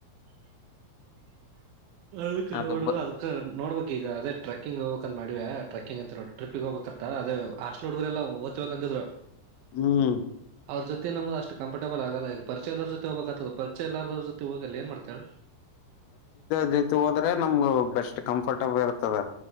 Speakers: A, on the right; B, on the left.
A: ಹ. ಅದ್ಡು
B: ಅದು ಬ
A: ಅದಕ್ ನೋಡ್ಬೇಕಕ್ ಈಗ ಅದ ಟ್ರಕ್ಕಿಂಗ್ ಹೋಗಬೇಕಕ್ ಅಂತ ಮಾಡಿವ್ಯಾ ಟ್ರೆಕಿಂಗ್ ಅಂತ ನೋಡ. ಟ್ರಿಪಿಗೆ ಹೋಗಬೇಕತ್ತ ಅದೇ ಹಸ್ಟ್ಲ್ ಹುಡುಗರು ಎಲ್ಲ ಓ್ತವ್ ಅಂದಿದ್ರು.
B: ಹ್ಮ್
A: ಅವ್ರ ಜೊತೆ ನಮ್ದ ಅಷ್ಟ ಕಂಫರ್ಟಬಲ್ ಆಗಲ್ಲ ಈಗ ಪರಿಚದ್ರ ಜೊ ಹಬೇಕತದ್ ಮೆ ಎಲ್ಲಾರದ್ರ ಜೊತೆ ಹೋಗಲ್ಲ ಏನ್ ಮಾಡ್ತಿಯ.
B: ಜೈತೆ ಹೋದ್ರೆ ನಮ್ಗು ಬೆಸ್ಟ್ ಕಂಫರ್ಟಬಲ್ ಇರ್ತದೆ.